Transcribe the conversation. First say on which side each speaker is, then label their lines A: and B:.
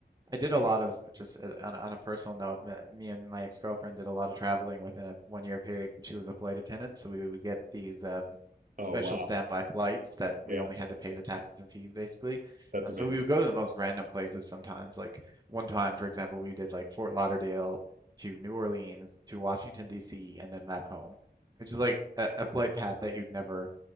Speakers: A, on the right; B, on the right.
A: I did a lot of just uh, on, a- on a personal note. me me and my ex-girlfriend did a lot of traveling within a one-year period. She was a flight attendant, so we would get these um,
B: Oh,
A: special
B: wow.
A: standby flights that we
B: Yeah,
A: only had to pay the taxes and fees, basically.
B: that's
A: Um,
B: amazing.
A: so we would go to the most random places sometimes. Like one time, for example, we did like Fort Lauderdale to New Orleans to Washington, D.C., and then back home, which is like a, a flight path that you'd never